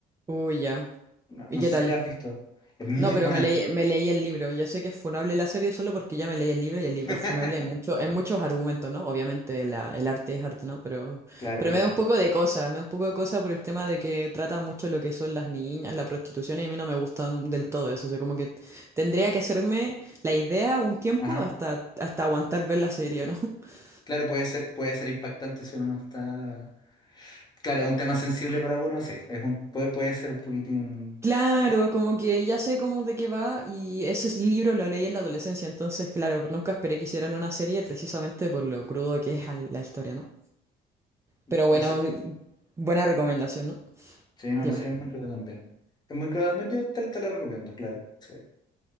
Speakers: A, on the right; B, on the left.
A: Uy, ya.
B: No,
A: ¿Y
B: no
A: qué
B: sé
A: tal?
B: si la has visto. Es muy
A: No, pero
B: buena.
A: me leí, me leí el libro. Ya sé que es funable la serie solo porque ya me leí el libro y el libro
B: <laughs>
A: es funable en, mucho, en muchos argumentos, ¿no? Obviamente la- el arte es arte, ¿no? Pero,
B: Claro,
A: pero
B: claro.
A: me da un poco de cosa, me da un poco de cosa por el tema de que trata mucho lo que son las niñas, la prostitución y a mí no me gusta del todo eso. O sea, como que tendría que hacerme la idea un tiempo
B: Ajá.
A: hasta, hasta aguantar ver la serie, ¿no? <laughs>
B: Claro, puede ser, puede ser impactante si uno no está. Claro, es un tema sensible para uno, sí. Es un, puede, puede ser un poquitín.
A: Claro, como que ya sé cómo de qué va y ese es- libro lo leí en la adolescencia, entonces claro, nunca esperé que hicieran una serie precisamente por lo crudo que es al- la historia, ¿no? Pero bueno,
B: La,
A: buena recomendación, ¿no?
B: Sí, no,
A: Dime.
B: la serie es muy cruda también. Es muy cruda también, yo te, te la recomiendo, claro. sí.